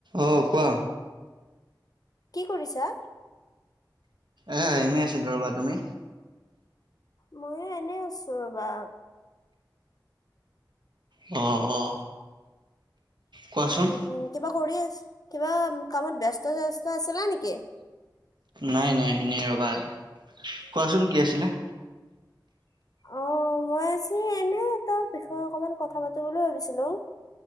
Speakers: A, on the right; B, on the left.
A: অঁ কোৱা।
B: কি কৰিছা।
A: এ এনেই আছিলো ৰ'বা তুমি
B: ময়ো এনে আছো ৰবা।
A: অঁ অ কোৱাচোন।
B: উ কিবা কৰি আছো। কিবা কামত ব্যস্ত চস্ত আছিলা নেকি?
A: নাই নাই এনেই ৰবা। কোৱাচোন কি আছিলে?
B: অ মই আজি এনে এটা বিষয়ে অকমান কথা পাতো বুলি ভাবিছিলো।